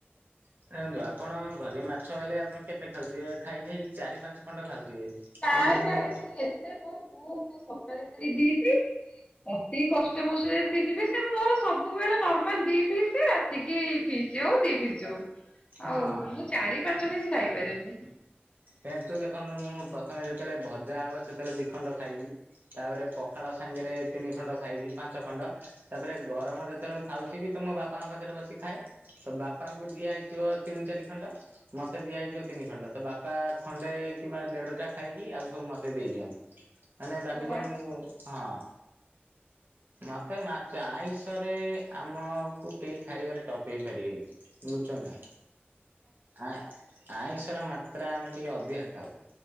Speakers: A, on the right (about 55°); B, on the left (about 30°).
A: ଦେଖନ୍ତୁ ଆପଣଙ୍କ ଘରେ ମାଛ ହେଲେ ଆପଣ କେତେ ଖାଉଥିବେ ଖାଇ ଖାଇ ଚାରି ପାଞ୍ଚ ଖଣ୍ଡ ଖାଉଥିବେ।
B: ନାଇଁ
A: କିନ୍ତୁ
B: ନାଇଁ
A: ମୋ
B: ନାଇଁ ଏତେ ନୁହୁ ମୁଁ ସକାଳେ <inaudible> ଦିଟି ଅତି କଷ୍ଟ ମୋ ସେ ତିନି ପିସ୍ କିନ୍ତୁ ମୋର ସବୁବେଳେ ନର୍ମାଲ ଦି ପିସ୍ ରା ଏତିକି ଫିସ୍ ଆଉ ଦି ଫିସ୍ ହଉ
A: ହଁ
B: ଆଉ ମୁଁ ଚାରି ପାଞ୍ଚ ପିସ୍ ଖାଇପାରେନି।
A: <unintelligible> ଦେଖନ୍ତୁ ମୁଁ ପ୍ରଥମେ ଯେତେବେଳେ ଭଜା ହବ ସେତେବେଳେ ଦିଖଣ୍ଡ ଖାଇବି। ତାପରେ ପଖାଳ ସାଙ୍ଗେରେ ତିନି ଖଣ୍ଡ ଖାଇବି ପାଞ୍ଚ ଖଣ୍ଡ ତାପରେ ଗରମ ଯେତେବେଳେ ମୁଁ ଖାଉଥିବି ତ ମ ବା ଙ୍କା ପାଖରେ ବସି ଖାଏ। ତ ବାପାଙ୍କୁ ଦିଆହେଇଥିବ ତିନି ଚାରି ଖଣ୍ଡ ମତେ ଦିଆହେଇଥିବ ତିନି ଖଣ୍ଡ ତ ବା ବା ଖଣ୍ଡେ କିମ୍ବା ଦେଡ ଟା ଖାଇକି ଆଉ ସବୁ ମତେ ଦେଇ ଦିଅନ୍ତି। ମାନେ ଭାବିଲେ
B: ଓ ଆ
A: ମୁଁ ହଁ।
B: <inaudible>
A: ମତେ ମାଛ ଆଇଁଷ ରେ ଆମକୁ କେହି ଖାଇବାରେ ଟପ ହେଇ ପାରିବେନି। ବୁଝୁଛ ନା ଆଁ ଆଇଁଷର ମାତ୍ରା ଆମେ ଟିକେ ଅଧିକା ଖାଉ।